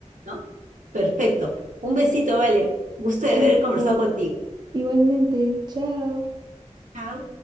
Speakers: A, on the right; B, on the right.
A: ¿no? Perfecto. Un besito, vale. Gusto de
B: Un
A: haber
B: besito.
A: conversado contigo.
B: Igualmente, chao.
A: Chao.